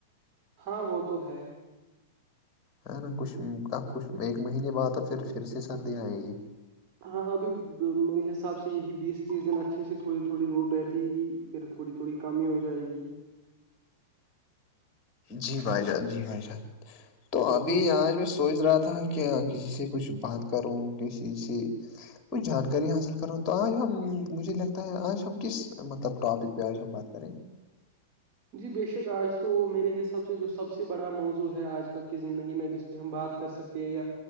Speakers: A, on the right; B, on the left.
A: ہاں وہ تو ہے
B: ہے نا کچھ اب کچھ ایک مہینے بعد تو پھر پھر سے سردی آئے گی
A: ہاں ابھی میرے حساب سے یہی بیس تیس دن اچھے سے تھوڑی تھوڑی دوپ رہتی گ پھر تھوڑی تھوڑی کمی ہو جائے گی
B: جی بھائی جان جی بھائی جان تو ابھی آج میں سوچ رہا تھا کہ کسی سے کچھ بات کروں کسی سے کوھ جانکاری حاصل کروں تو آج ہم مجھے لگتا ہے آج ہم کس مطلب ٹاپک پہ آج ہم بات کریں
A: جی بےشک آج تو میرے حساب سے جو سب سے بڑا موضوع ہے آج کل کی زندگی میں جس پہ ہم بات کر سکتے یا